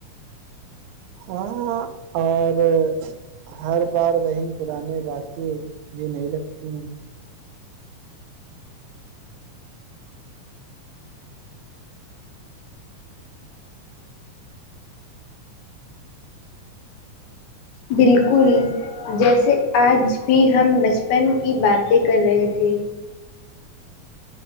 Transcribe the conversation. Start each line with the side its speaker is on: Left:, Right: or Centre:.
Right: ہاں اور ہر بار وہی پرانی باتیں بھی نہیں لگتی ہیں
Left: بالکل جیسے آج بھی ہم بچ پن کی باتیں کر رہے تھے